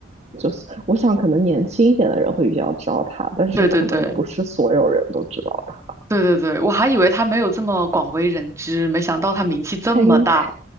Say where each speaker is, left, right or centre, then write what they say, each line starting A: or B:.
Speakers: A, on the right (about 35°); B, on the right (about 15°).
A: 就是我想可能年轻一点的人会比较知道他，但是可能不是所有人都知道他。
B: 对对对对对对，我还以为她没有这么广为人知，没想到她名气这么大。
A: 他应